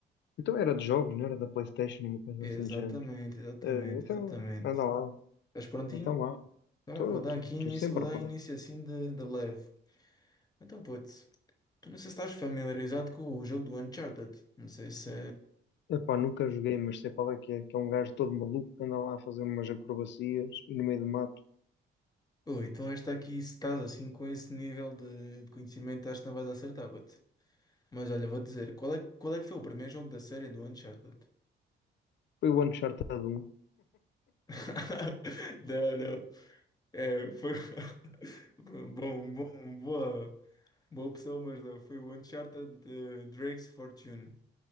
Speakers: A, on the left; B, on the left.
A: Então era de jogos, não era da PlayStation, uma coisa
B: Exatamente,
A: assim de género.
B: exatamente,
A: Eh, então,
B: exatamente.
A: anda lá.
B: Estás prontinho?
A: Então lá.
B: Tá,
A: Estou
B: vou dar aqui início,
A: sempre
B: vou dar
A: pronto.
B: início assim de, de leve. Então, putz, tu não sei se estás familiarizado com o jogo do Uncharted. Não sei se.
A: Epá, nunca joguei, mas sei qual é que é. Que é um gajo todo maluco que anda lá a fazer umas acrobacias e no meio do mato.
B: Oi, então esta aqui, se estás assim com esse nível de, de conhecimento, acho que não vais acertar, putz. Mas olha, vou dizer, qual é, qual é que foi o primeiro jogo da série do Uncharted?
A: Foi o Uncharted um
B: <laughs> Não, não. É, foi <laughs> bom, bom, boa, boa opção, mas não. Foi o Uncharted eh, Drake's Fortune.